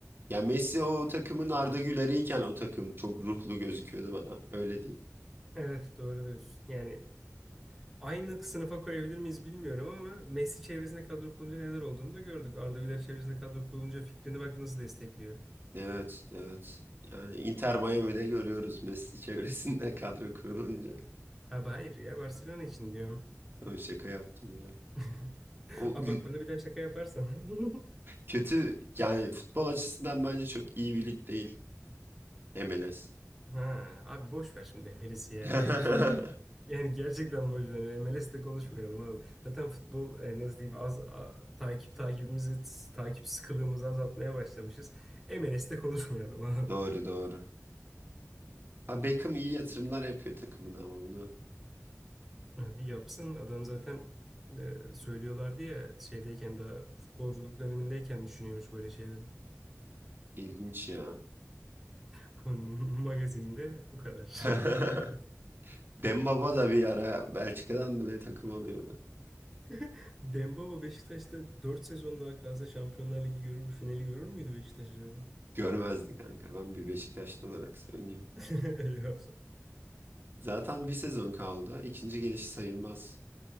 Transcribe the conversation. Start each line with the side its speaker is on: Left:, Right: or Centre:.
Right: ya Messi o takımın Arda Güler'iyken o takım çok ruhlu gözüküyordu bana öyle diyeyim.
Centre: Evet doğru diyorsun. Yani Aynı sınıfa koyabilir miyiz bilmiyorum ama Messi çevresinde kadro kurulunca neler olduğunu da gördük. Arda Güler çevresinde kadro kurulunca fikrini bak nasıl destekliyor.
Right: Evet evet yani Inter Miami'de görüyoruz Messi çevresinde <laughs> kadro kurulunca.
Centre: Abi hayır ya Barcelona için diyorum.
Right: Yo, şaka yaptım ya.
Centre: <laughs>
Right: O
Centre: Aa
Right: l-
Centre: bak bana bir daha şaka yaparsan. <laughs>
Right: kötü yani futbol açısından bence çok iyi bir lig değil MLS.
Centre: Ha abi boş ver şimdi MLS'i ya.
Right: <laughs>
Centre: <laughs> Yani gerçekten boş ver. MLS'te konuşmayalım abi. Zaten futbol e, nasıl diyeyim az a- takip takibimizi takip sıkılığımızı azaltmaya başlamışız. MLS'te konuşmayalım abi.
Right: Doğru doğru. Ha, Beckham iyi yatırımlar yapıyor takımına ama onu
Centre: Ya bir yapsın adam zaten e, söylüyorlardı ya şeydeyken daha futbolculuk dönemindeyken düşünüyormuş böyle şeyleri.
Right: ilginç ya.
Centre: <laughs> Magazinde bu kadar.
Right: <laughs> Dembaba da bir ara Belçika'dan mı ne takım alıyordu.
Centre: <laughs> Dembaba Beşiktaş'ta dört sezon daha kalsa Şampiyonlar Ligi görür, finali görür müydü Beşiktaş acaba?
Right: Görmezdi kanka. Ben bir Beşiktaşlı olarak söyleyeyim.
Centre: <laughs> Eyvah.
Right: Zaten bir sezon kaldı. İkinci gelişi sayılmaz.